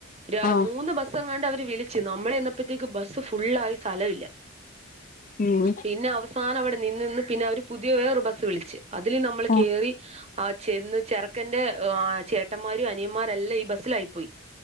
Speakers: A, on the right (about 30°); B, on the left (about 40°).
A: ര
B: ആഹ്
A: മൂന്ന് ബസ്സ് എങ്ങാട്ട് അവര് വിളിച്ച് നമ്മൾ എന്നപ്പോഴത്തേക്ക് ബസ്സ് ഫുള്ള ആയി സ്ഥലമില്ല
B: ഉം
A: പിന്നെ അവസാനം അവിടെ നിന്ന് നിന്ന് പിന്നെ അവര് പുതിയ വേറെ ഒരു ബസ്സ് വിളിച്ച്. അതില് നമ്മൾ
B: ആഹ്
A: കേറി.. ആ ചെന്ന് ചെറക്കന്റെ ആ ചേട്ടന്മാരും അനിയന്മാരല്ലാം ഈ ബസ്സിലായി പോയി..